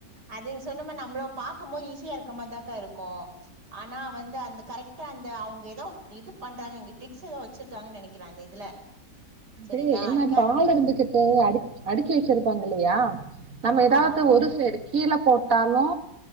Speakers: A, on the right; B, on the right.
A: அதையு சொன்ன மாரி நம்ளு பாக்கும் போது ஈஸியா இருக்க மார் தாக்கா இருக்கு ஆனா வந்து அந்த கரெக் ட அந்த அவுங்க ஏதா இது பண்றாங்க இங்க டிக்ஸ் ஏதோ வச்சிருக்காங்கன் நெனைக்கிற அந்த இதுல
B: அது
A: சரிங்களா
B: என்ன
A: அடிக்காத
B: பால்
A: மாரி
B: இருந்துச்சி தோ அடுக் அடுக்கி வச்சிருப்பாங்க இல்லையா நம்ம எதாவது
A: ஆமா ஆமாக்கா
B: ஒரு சேரி கீழ போட்டாலு